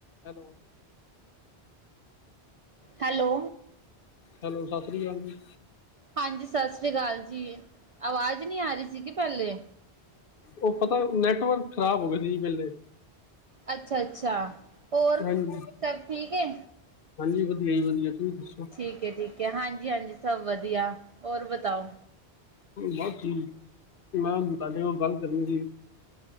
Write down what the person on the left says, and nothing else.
hello
hello Sat Sri ਅਕਾਲ ਜੀ
ਉਹ ਪਤਾ ਨੈਟਵਰਕ ਖ਼ਰਾਬ ਹੋ ਗਿਆ ਸੀ ਜੀ ਪਹਿਲੇ
ਹਾਂਜੀ
ਹਾਂਜੀ ਵਧੀਆ ਜ ਵਧੀਆ ਤੁਸੀਂ ਦੱਸੋ
ਬਸ ਠੀਕ ਮੈਂ ਤੁਹਾਡੇ ਨਾਲ ਗੱਲ ਕਰਨੀ ਸੀ